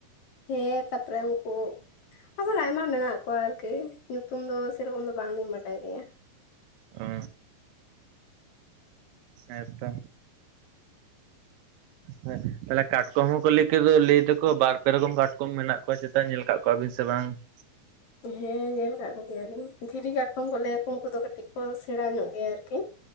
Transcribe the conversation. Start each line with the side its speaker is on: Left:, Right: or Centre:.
Left: ᱦᱮᱸ ᱛᱟᱯᱚ ᱨᱮ ᱩᱱᱠᱩ ᱟᱵᱟᱨ ᱟᱭᱢᱟ ᱢᱮᱱᱟᱜ ᱠᱚᱣᱟ ᱟᱨ ᱠᱤ ᱧᱩᱛᱩᱢ ᱫᱚᱼᱼ ᱥᱮ ᱨᱚᱠᱚᱢ ᱫᱚ ᱵᱟᱝ ᱞᱤᱧ ᱵᱟᱰᱟᱭ ᱜᱮᱭᱟ᱾
Right: ᱚ ᱦᱮᱸ ᱛᱚ᱾ ᱦᱮᱸ ᱛᱟᱦᱚᱞᱮ ᱠᱟᱴᱠᱚᱢ ᱦᱚᱸ ᱠᱚ ᱞᱟᱹᱭ ᱠᱮᱫ ᱞᱟᱹᱭ ᱫᱟᱠᱚ ᱵᱟᱨ ᱯᱮ ᱨᱚᱠᱚᱢ ᱠᱟᱴᱠᱚᱢ ᱢᱮᱱᱟᱜ ᱠᱚᱣᱟ ᱪᱮᱛᱟᱱ ᱧᱮᱞ ᱠᱟᱜ ᱠᱚᱣᱟᱵᱤᱱ ᱥᱮ ᱵᱟᱝ? <unintelligible>
Left: ᱦᱮᱸ ᱧᱮᱞ ᱟᱠᱟᱫ ᱠᱚ ᱜᱮᱭᱟᱞᱤᱧ ᱫᱷᱤᱨᱤ ᱠᱟᱴᱠᱚᱢ ᱠᱚ ᱞᱟᱹᱭ ᱟᱠᱚ ᱩᱱᱠᱩ ᱫᱚ ᱠᱟᱹᱴᱤᱡ ᱠᱚ ᱥᱮᱬᱟ ᱧᱚᱜ ᱜᱮᱭᱟ ᱟᱨᱠᱤ